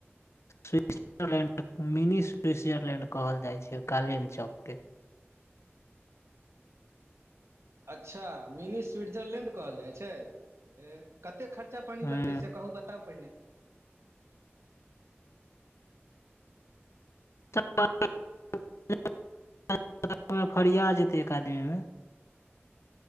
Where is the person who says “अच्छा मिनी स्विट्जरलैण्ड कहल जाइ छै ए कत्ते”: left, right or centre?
Right